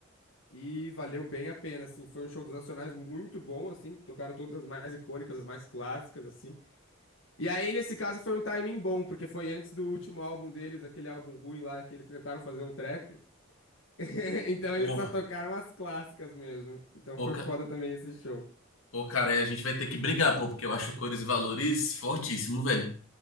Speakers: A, on the left; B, on the left.
A: E valeu bem a pena, assim. Foi um show dos Racionais muito bom, assim. Tocaram todas as mais icônicas, as mais clássicas, assim. E aí, nesse caso, foi um timing bom, porque foi antes do último álbum deles, aquele álbum ruim lá que eles tentaram fazer um trap. <laughs> Então
B: Pô,
A: eles só tocaram as clássicas mesmo. Então
B: pô,
A: foi
B: ca-
A: foda também esse show.
B: pô, cara, aí a gente vai ter que brigar, pô, porque eu acho cores e valores fortíssimo, velho.